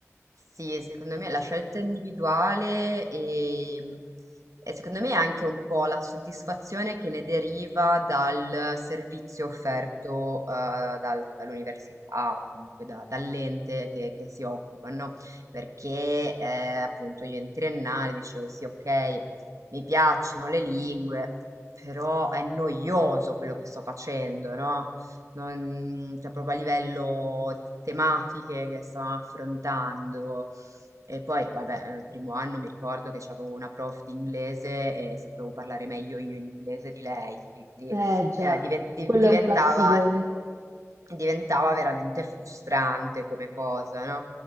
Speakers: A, on the right (about 85°); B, on the right (about 70°).
A: Sì, secondo me la scelta individuale e, e secondo me anche un po' la soddisfazione che ne deriva dal servizio offerto eh, dal- dall'università o comunque da- dall'ente che, che si occupa, no? Perché eh, appunto io in triennale dicevo sì, ok, mi piacciono le lingue, però è noioso quello che sto facendo, no? non- cioè proprio a livello di tematiche che stavamo affrontando. E poi, vabbè, eh, il primo anno mi ricordo che avevo una prof di inglese e sapevo parlare meglio io in inglese di lei, quindi
B: Eh già,
A: eh, diven- di-
B: quello
A: diventava,
B: è un classicone.
A: diventava veramente frustrante come cosa, no?